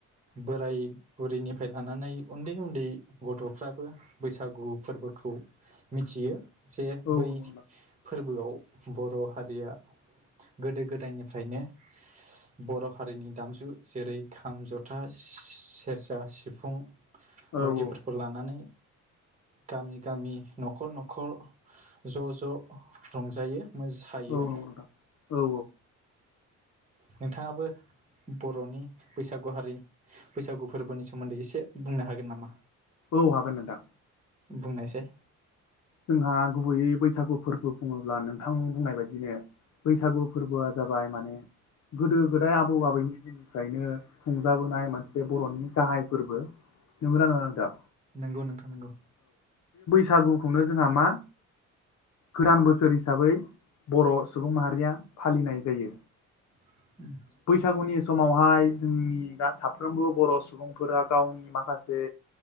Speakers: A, on the right; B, on the left.
A: बोराय बुरैनिफ्राय लानानै उन्दै उन्दै गथ'फ्राबो बैसागु फोरबोखौ मिथियो। जे
B: औ
A: बै
B: नंगौ नोंथां
A: फोरबोआव बर' हारिया गोदो गोदायनिफ्रायनो बर' हारिनि दामजु जेरै खाम, जथा, सेरजा, सिफुं
B: औ
A: बायदिफोरखौ
B: औ
A: लानानै गामि गामि न'खर न'खर ज' ज' रंजायो मोसायो।
B: औ नंगौ नोंथां औ
A: नोंथाङाबो बर'नि बैसागु हारि बैसागु फोरबोनि सोमोन्दै एसे बुंनो हागोन नामा?
B: औ हागोन नोंथां।
A: बुंनायसाय
B: जोंहा गुबैयै बैसागु फोरबो बुङोब्ला नोंथां बुंनाय बायदिनो बैसागु फोरबोआ जाबाय माने गोदो गोदाय आबौ आबैनि दिननिफ्रायनो खुंजाबोनाय मोनसे बर'नि गाहाय फोरबो नोंगौ ना नोङा नोंथां?
A: नोंगौ नोंथां नोंगौ।
B: सागु खौनो जोंहा मा गोदान बोसोर हिसाबै बर' सुबुं माहारिया फालिनाय जायो।
A: <unintelligible>
B: बैसागुनि समावहाय जोंनि दा साफ्रोमबो बर' सुबुंफोरा गावनि माखासे